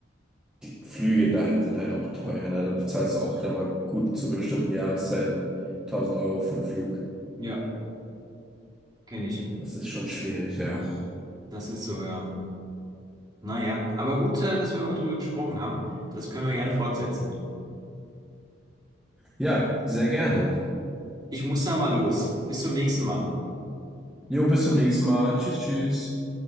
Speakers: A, in the centre; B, on the right.
A: die Flüge dahin sind halt auch teuer. Ne? Da bezahlst du auch dann mal gut zu bestimmten Jahreszeiten 1000 Euro für einen Flug.
B: ja, kenne ich.
A: Das ist schon schwierig, ja.
B: Das ist so, ja. Naja, aber gut, äh, dass wir mal drüber gesprochen haben. Das können wir gerne fortsetzen.
A: Ja, sehr gerne.
B: Ich muss da mal los. Bis zum nächsten Mal.
A: Jo, bis zum nächsten Mal. Tschüss, tschüss.